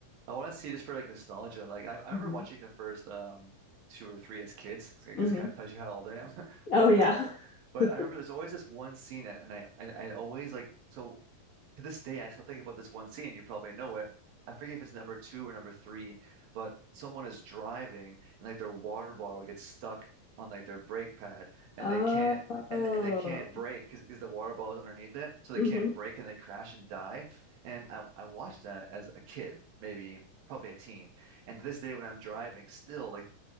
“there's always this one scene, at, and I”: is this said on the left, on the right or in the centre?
Right